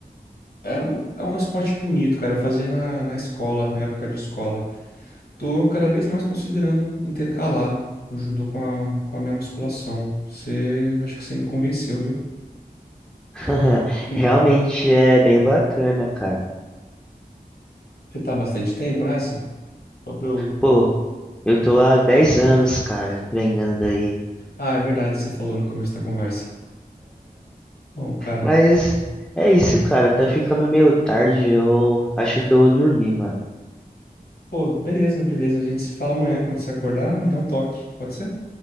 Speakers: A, on the left; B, in the centre.
A: É um, é um esporte bonito, cara. Eu fazia na, na escola, na época de escola. Tô cada vez mais considerando intercalar o judô com a, com a minha musculação. Você, acho que você me convenceu, viu?
B: <laughs>
A: Hum.
B: Realmente é bem bacana, cara.
A: Você tá há bastante tempo nessa? Só pra eu...
B: Pô, eu tô há 10 anos, cara, treinando aí.
A: Ah, é verdade, você falou no começo da conversa. Bom, cara.
B: Mas é isso, cara. Tá ficando meio tarde. Eu acho que eu vou dormir, mano.
A: Pô, beleza, beleza. A gente se fala amanhã quando você acordar, me dá um toque. Pode ser?